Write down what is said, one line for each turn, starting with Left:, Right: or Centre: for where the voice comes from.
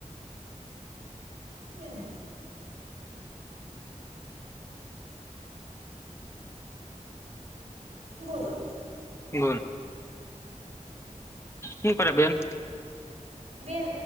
Right: એમ બોલો
Left: ગણ, હું કરે બેન?
Right: બેન